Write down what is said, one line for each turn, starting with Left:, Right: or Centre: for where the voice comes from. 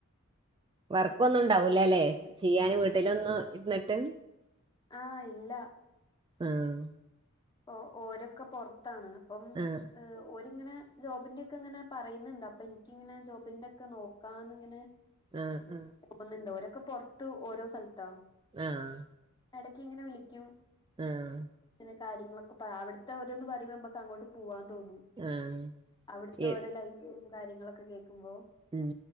Right: വർക്കൊന്നുംണ്ടാവൂലല്ലേ
Left: ആഹ്
Right: ചെയ്യാന് വീട്ടിലൊന്നും ഇര്ന്നിട്ട്
Left: ആഹ് ഇല്ല
Right: ആഹ്
Left: ഒ ഓരൊക്കെ പൊർത്താണ് അപ്പം
Right: ആഹ്
Left: ഓര്ങ്ങനെ ജോബിന്റെക്കെങ്ങനെ പറയ്ന്ന്ണ്ട്. അപ്പൻക്കിങ്ങനെ ജോബിന്റക്കെ നോക്കാന്ന്ങ്ങനെ
Right: ആഹ് ഉം
Left: ഒന്നണ്ടോ രൊക്കെ പുറത്ത് ഓരോ സ്ഥലത്താ
Right: ആഹ്
Left: എടക്കിങ്ങനെ വിളിക്കും
Right: ആഹ്
Left: ഇങ്ങനെ കാര്യങ്ങളൊക്കെ പ അവിട്ത്ത ഓരോന്ന് പറയുമ്പോ ഞമ്മക്കങ്ങോട്ട് പോവാൻ തോന്നും.
Right: ആഹ്
Left: അവിടുത്തെ
Right: എ
Left: ഓരോ ലൈഫ് ഉം കാര്യങ്ങളൊക്കെ കേക്കുമ്പോ
Right: ഉം